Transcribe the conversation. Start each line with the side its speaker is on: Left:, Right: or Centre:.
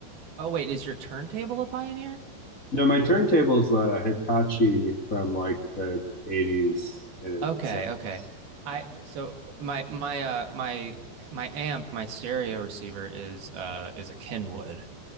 Right: oh wait, is your turntable a Pioneer?
Left: No, my turntable's a Hitachi from like the 80s and
Right: Okay,
Left: it sucks.
Right: okay. I so my my uh my my amp, my stereo receiver is uh is a Kenwood.